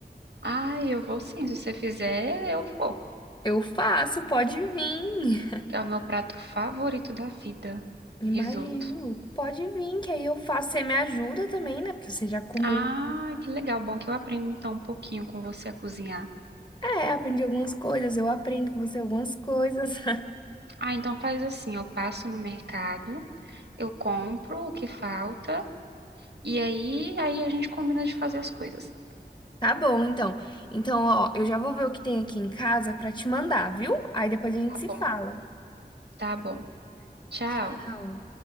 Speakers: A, on the right; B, on the left.
A: Ah, eu vou sim. Se você fizer, eu vou.
B: Eu faço, pode vir.
A: Que é o meu prato favorito da vida.
B: Imagino.
A: Risoto.
B: Pode vir, que aí eu faço. Você me ajuda também, né? Porque você já comeu.
A: Ah, que legal. Bom que eu aprendo então um pouquinho com você a cozinhar.
B: É, aprendi algumas coisas, eu aprendo com você algumas coisas. <laughs>
A: Ah, então faz assim, eu passo no mercado, eu compro o que falta E aí, aí a gente combina de fazer as coisas.
B: Tá bom, então. Então, ó, eu já vou ver o que tem aqui em casa pra te mandar, viu? Aí depois a gente
A: Tá
B: se
A: bom,
B: fala.
A: tá bom. Tchau.
B: Tchau.